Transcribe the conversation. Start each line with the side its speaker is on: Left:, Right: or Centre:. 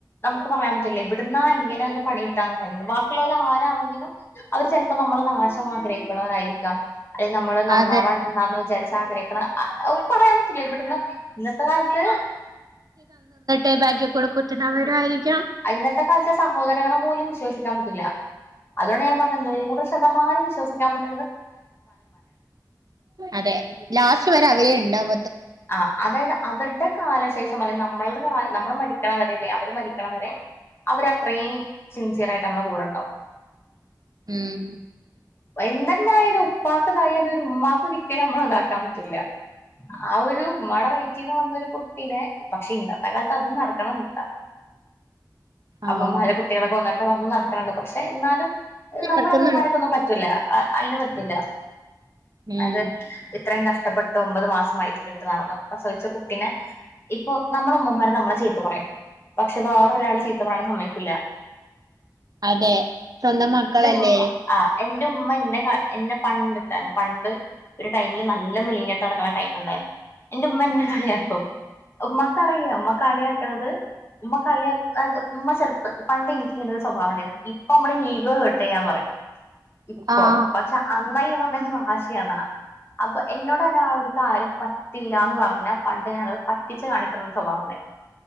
Left: നമുക്ക് പറയാൻ പറ്റില്ല എവിടുന്നാ എങ്ങനെയാ ഒന്ന് പണി കിട്ടാന്ന് പറയാൻ ബാക്കിയുള്ളവർക്- ഇപ്പൊ ആരാണെങ്കിലും അവര് ചെലപ്പോ- ഇപ്പൊ നമ്മള് നാശം ആഗ്രഹിക്കണവായിരിക്കും ഗം <unintelligible> അല്ലെ നമ്മള് നന്നാവവണ്ടന്ന്
Right: അതെ
Left: വിചാരിച്ചിട്ടില്ല അതെ പറയാൻ പറ്റില്ല ഇവിടുന്ന് ഇന്നത്തെ കാലത്ത്-
Right: േ ബാഗി കൊടുക്കത്തുന്നവരരിക്കും <unintelligible>
Left: ആ ഇന്നത്തെ കാലത്തെ സഹോദരങ്ങളെ പോലും വിശ്വസിക്കാൻ പറ്റില്ല അതുകൊണ്ട് ഞാൻ പറഞ്ഞ നൂറ് ശതമാനം വിശ്വ <unintelligible>
Right: അതെ ലാസ്റ്റ് വരെ അവരെ ഇണ്ടാക
Left: ആ അതായത് അവരുടെ കാലശേഷം അല്ലെ നമ്മളുടെ കാല നമ്മള് മരിക്കണവരല്ലേ അവര് മരി ക്കണ വരെ അവരത്രയും സിൻസിയർ ആയിട്ട് നമ്മെളെ കൂടെ ഇ ണ്ടാവും
Right: ഉം
Left: എന്തന്നെയാലും ഉപ്പക്ക്തായാലും ഒരു ഉമ്മാക്ക് ഒരിക്കലും നമ്മളെതാക്കാൻ പറ്റൂല. ആ ഒരു ഉമ്മടെ വൈറ്റിന്ന് വന്നൊരു കു ട്ടിനെ പക്ഷെ ഇന്നത്തെ കാലത്ത് അതും നടക്കാണെണ്ടാട്ടാ അമ്മമാരെ
Right: ഉം
Left: കുട്ടികളൊക്കെ കൊന്ന പ്പ അതും നടക്കാണെണ്ട് പക്ഷ എന്നാലും നമ്മളെ
Right: നടക്കുന്നുണ്ട്
Left: ഉമ്മമാര്ക്കൊന്നും പറ്റൂല. അ അയിന് പറ്റൂല.
Right: ഉം
Left: അത് ഇത്രയും കഷ്ടപ്പെട്ട് ഒമ്പത് മാസംമായി പ്പെട്ടു നടന്ന പ്രസവിച്ച കുട്ടിനെ ഇപ്പൊ നമ്മള് ഉമ്മമാര് നമ്മളെ ചീത്ത പറയും- പക്ഷെ വേറൊരാൾ ചീത്ത പറയാണെ സമ്മയി ക്കൂല്ല-
Right: അതെ സ്വന്തം മക്കളല്ലേ?
Left: ഉമ്മ ആ എന്റെ ഉമ്മ ഇന്നെ ക എന്നെ പണ്ട്ട്ട് പണ്ട് ഒരു ടൈമില് നല്ല മെലിഞ്ഞിട്ട് നടക്കണ ടൈം ണ്ടായിരുന്നു എന്റെ ഉമ്മന്നെ കളിയാക്കും- ഉമ്മക്ക്റിയാം ഉമ്മ കളിയാക്കണത് ഉമ്മ കളിയ ഉമ്മ ചെറുപ്പ പണ്ട് എനിക്ക് ഇങ്ങനെ ഒരു സ്വഭാവണ്ടായി- ഇപ്പൊ നമ്മള് ഹീഗോ ഹെർട്ട്യാന്ന് പറയും- ഇപ്പൊ
Right: ആഹ്
Left: പക്ഷെ അന്നയ് ണ്ണേത് വാശിയാന്നാ അപ്പൊ എന്നോട് ഒരാള് ഒരു കാര്യം പറ പറ്റില്ലന്ന് പറഞ്ഞാ പണ്ട് ഞാനത് പറ്റിച്ച് കാണിക്കുന്നൊരു സ്വഭാവം ഒണ്ടാ